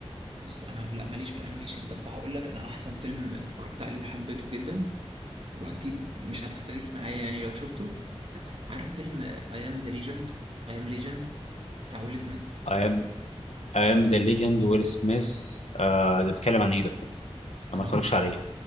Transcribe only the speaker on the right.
بص انا لا ماليش في الانيميشن بس هقول لك انا احسن فيلم اتفرجت عليه وحبيته جدا واكيد مش هتختلف معايا يعني لو شفته عارف فيلم اي ام ذا ليجند اي ام ليجند بتاع ويل سميث
بس انا
هقول لك